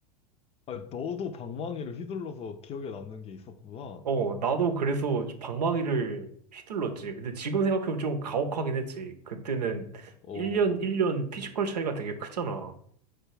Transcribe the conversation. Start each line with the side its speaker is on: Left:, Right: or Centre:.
Left: 아니, 너도 방망이를 휘둘러서 기억에 남는 게 있었구나.
Right: 어, 나도 그래서 방망이를 휘둘렀지. 근데 지금 생각해보면 좀 가혹하긴 했지. 그때는
Left: 어,
Right: 1년, 1년 피지컬 차이가 되게 크잖아.